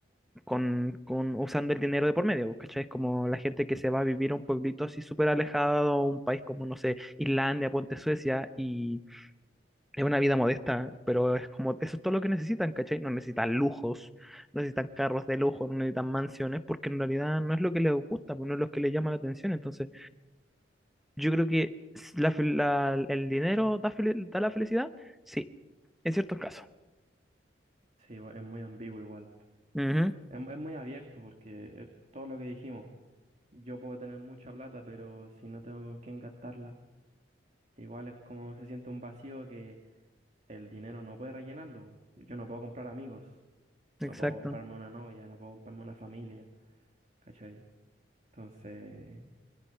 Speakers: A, in the centre; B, on the right (about 35°).
A: con, con usando el dinero de por medio, pues, ¿cachai? Es como la gente que se va a vivir a un pueblito así súper alejado, a un país como, no sé, Islandia, ponte Suecia, y es una vida modesta, pero es como, eso es todo lo que necesitan, ¿cachai? No necesitan lujos, no necesitan carros de lujo, no necesitan mansiones, porque en realidad no es lo que les gusta, pues no es lo que les llama la atención. Entonces, yo creo que s- la fel- la- el dinero da, fel- da la felicidad, sí, en ciertos casos.
B: Sí, bo, es muy ambiguo igual.
A: Ujú,
B: Es, es muy abierto porque eh, todo lo que dijimos, yo puedo tener mucha plata, pero si no tengo con quién gastarla. Igual es como se siente un vacío que el dinero no puede rellenarlo. Yo no puedo comprar amigos, no
A: Exacto.
B: puedo comprarme una novia, no puedo comprarme una familia, ¿cachai? Entonces,